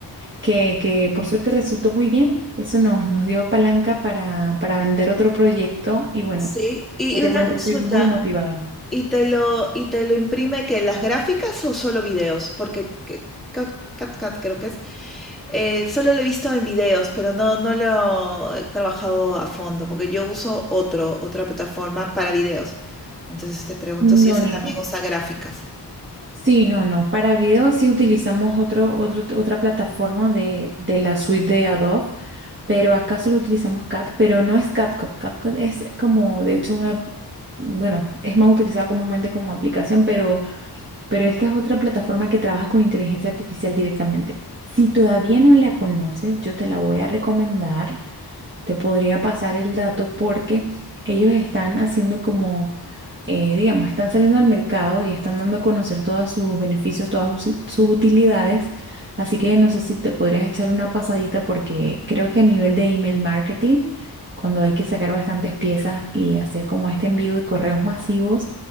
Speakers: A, on the right; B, in the centre.
A: que, que por suerte resultó muy bien. Eso nos, nos dio palanca para, para vender otro proyecto. Y bueno,
B: Sí, y
A: ¿qué te
B: y una
A: cuento,
B: consulta,
A: estoy muy motivado.
B: ¿Y te lo, y te lo imprime que las gráficas o solo videos? Porque que- Cat, Cat, Cat creo que es. eh, solo lo he visto en videos, pero no, no lo he trabajado a fondo, porque yo uso otro, otra plataforma para videos. Entonces te pregunto
A: No,
B: si ese
A: no,
B: también
A: no.
B: usa gráficas.
A: Sí, no, no. Para video sí utilizamos otro, otro, otra plataforma de, de la suite de Adobe. pero acá solo utilizamos cat, pero no es CatCut. CatCut es como, de hecho, una, bueno, es más utilizada comúnmente como aplicación, pero, pero esta es otra plataforma que trabaja con inteligencia artificial directamente. Si todavía no la conoces, yo te la voy a recomendar. Te podría pasar el dato porque ellos están haciendo como eh, digamos, están saliendo al mercado y están dando a conocer todos sus beneficios, todas sus sus utilidades. Así que no sé si te podrías echar una pasadita porque creo que a nivel de email marketing, cuando hay que sacar bastantes piezas y hacer como este envío de correos masivos,